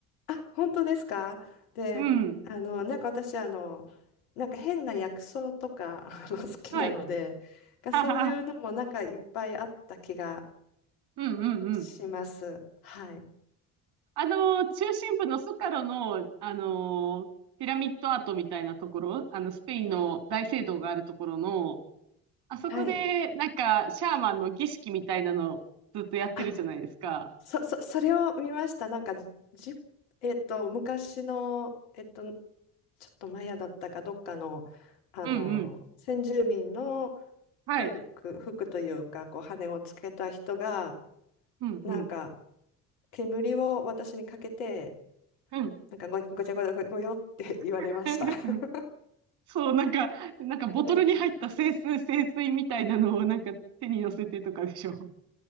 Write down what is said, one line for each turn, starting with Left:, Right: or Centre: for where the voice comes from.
Left: あ、本当ですかで、
Right: うん。
Left: あの、なんか私、あの、なんか変な薬草とか <laughs> あの好きなので、
Right: はい。
Left: がそういうのもなんかいっぱいあった気が
Right: <laughs> うんうんうん。
Left: します。はい。
Right: あの、中心部のスカロの、あのピラミッドアートみたいなところ、あの、スペインの大聖堂があるところの、あそこで、
Left: はい。
Right: なんか、シャーマンの儀式みたいなのずっとやってるじゃないですか。
Left: あ、そ、そ、それを見ました。なんか、じ、えっと、昔の、えっと、ちょっとマヤだったかどっかの、あの、
Right: うんうん。
Left: 先住民の
Right: はい。
Left: 服、服というか、こう、羽をつけた人が、
Right: うんうん。
Left: なんか、煙を私にかけて、
Right: うん。
Left: なんかご、ごちゃごちゃご、ごよって <laughs> 言われました。
Right: <laughs>
Left: <laughs>
Right: そう、なんか、なんかボトルに入った清水、
Left: それですね。
Right: 清水みたいなのをなんか手に乗せてとかでしょ。